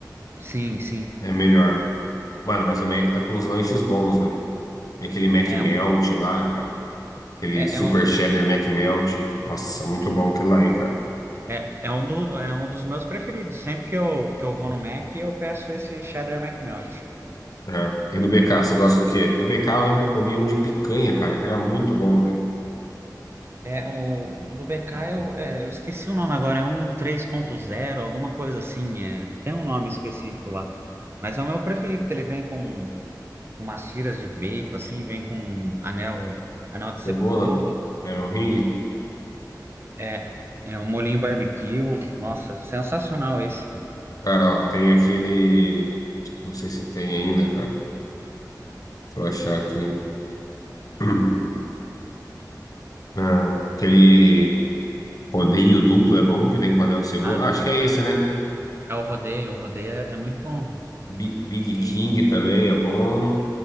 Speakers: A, on the right; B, on the left.
A: sim, sim.
B: É melhor. Mano, mas o Mac tá com uns lanches bons, velho. Tem aquele Mac
A: É,
B: Melt
A: um,
B: lá, cara. Aquele
A: é,
B: Super
A: é um-
B: Cheddar Mac melt, Nossa, muito bom aquilo lá, hein, cara.
A: É, é, um do, é um dos meus preferidos. Sempre que eu, que eu vou no Mac, eu peço esse Cheddar McMelt.
B: É. E do BK, você gosta do quê? Do BK eu lembro que eu comia um de picanha, cara, que era muito bom, velho.
A: É, o, o do BK, eu, é, eu esqueci o nome agora, é um três ponto zero, alguma coisa assim. é. tem um nome específico lá. Mas é o meu preferido, que ele vem com, com umas tiras de bacon, assim, vem com anel, anel de cebola,
B: Cebola, era um ringue.
A: é, é um molhinho barbecue. Nossa, sensacional esse.
B: Cara, ó, tem aquele... Não sei se tem ainda, cara. Deixa eu achar aqui. <clears throat> Ah, aquele rodeio duplo é bom, que vem com anel de cebola.
A: Ah,
B: Ah, acho que é esse, né?
A: é o rodeio, o rodeio é, é muito bom.
B: Bi- Big
A: E,
B: King também é bom.